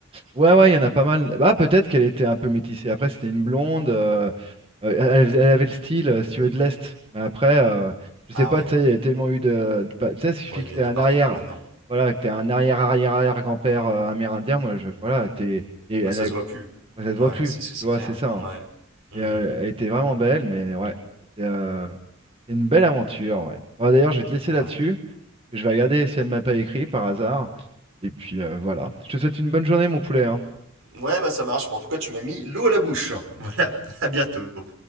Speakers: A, on the right; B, on the right.
A: Ouais, ouais, il y en a pas mal. Bah, peut-être qu'elle était un peu métissée. Après, c'était une blonde. euh, euh, elle, faisait- elle avait le style, euh, si tu veux, de l'Est. Mais après, euh, je
B: Ah
A: sais pas,
B: ouais.
A: tu sais, il y a tellement eu de. de pa- tu sais, il suffit
B: Ouais, ils
A: que
B: viennent
A: t'aies
B: de
A: un
B: partout
A: arrière.
B: maintenant.
A: Voilà, que t'aies un arrière-arrière-arrière-grand-père euh, amérindien. Moi, je. Voilà, t'es. Et elle
B: Bah, ça
A: a-
B: se voit plus.
A: Ouais, Ça te voit
B: Ouais,
A: plus,
B: c'est c'est-
A: tu
B: c'est
A: vois,
B: clair.
A: c'est ça. hein.
B: Ouais. Hmm.
A: Et euh, elle était vraiment belle, mais ouais, c'était euh, c'était une belle aventure, ouais. Bon, d'ailleurs, je vais te laisser
B: Ouais.
A: là-dessus. Je vais regarder si elle m'a pas écrit par hasard. Et puis euh, voilà. Je te souhaite une bonne journée, mon poulet. hein.
B: Ouais, bah ça marche. Mais en tout cas, tu m'as mis l'eau à la bouche. Voilà, <laughs> à bientôt.